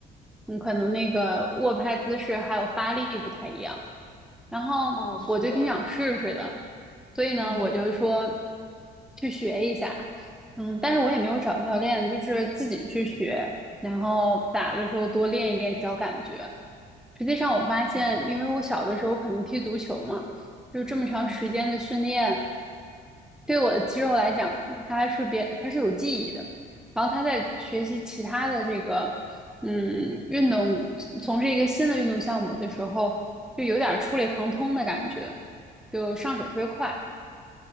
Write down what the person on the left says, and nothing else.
啊，是的，
嗯
嗯
嗯